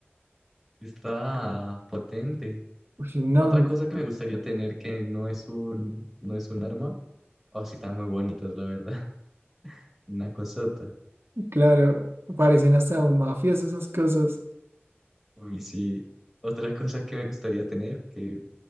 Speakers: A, in the centre; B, on the right.
A: está potente.
B: Uy, no,
A: Otra cosa que me gustaría tener que no es un, no es un arma. Oh, sí, están muy bonitas, la verdad. <laughs> Una cosota.
B: claro. Parecen hasta un mafioso esas cosas.
A: Uy, sí. Otra cosa que me gustaría tener, que